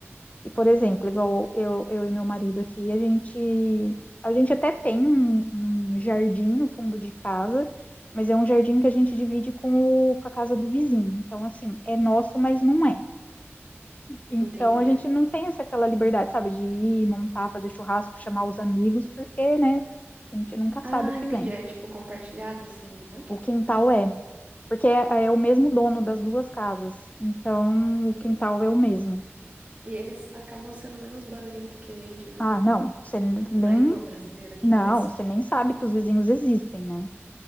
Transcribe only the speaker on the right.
entendi.
Ah,
entendi.
É tipo compartilhado, assim, né?
Entendi.
E eles acabam sendo menos barulhento que a gente, né?
Não é igual <laughs> brasileiro que
faz festa.
aí.